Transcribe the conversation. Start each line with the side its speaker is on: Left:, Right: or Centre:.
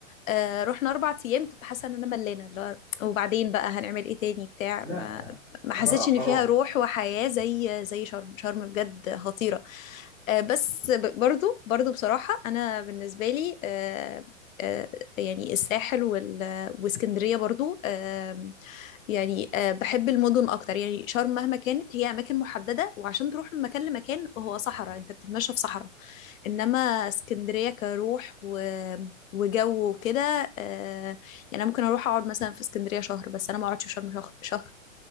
Left: آه، رحنا أربع أيام كنت حاسة إن أنا ملانة اللي هو وبعدين بقى هنعمل إيه تاني بتاع
Centre: لا
Left: ما ما حسيتش
Centre: حرام
Left: إن
Centre: حرام
Left: فيها روح وحياة زي زي شرم شرم بجد خطيرة آه، بس ب- برضو برضو بصراحة أنا بالنسبة لي آه، آه، يعني الساحل واسكندرية برضو آم، يعني آه، بحب المدن اكتر يعني شرم مهما كانت هي اماكن محددة وعشان تروح من مكان لمكان هو صحراء انت بتتمشى في صحراء انما اسكندرية كروح و... وجو وكده آه، يعني انا ممكن اروح اقعد مثلا في اسكندرية شهر بس انا ما اقعدش في شرم شهر شهر